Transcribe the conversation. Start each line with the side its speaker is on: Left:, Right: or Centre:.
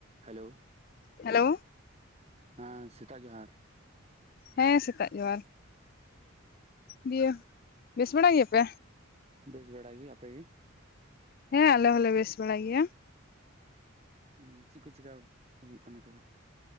Right: Hello.
Left: Hello.
Right: ᱦᱮᱸ ᱥᱮᱛᱟᱜ ᱡᱚᱦᱟᱨ᱾
Left: ᱦᱮᱸ ᱥᱮᱛᱟᱜ ᱡᱚᱦᱟᱨ᱾ ᱫᱤᱭᱮ ᱵᱮᱥ ᱵᱟᱲᱟ ᱜᱮᱭᱟ ᱯᱮ?
Right: ᱵᱮᱥ ᱵᱟᱲᱟ ᱜᱮ᱾ ᱟᱯᱮ ᱜᱮ?
Left: ᱦᱮᱸ ᱟᱞᱮ ᱦᱚᱸᱞᱮ ᱵᱮᱥ ᱵᱟᱲᱟ ᱜᱮᱭᱟ᱾
Right: ᱦᱩᱸ ᱪᱮᱫ ᱠᱚ ᱪᱮᱠᱟ ᱦᱩᱭᱩᱜ ᱠᱟᱱᱟ ᱛᱚᱵᱮ?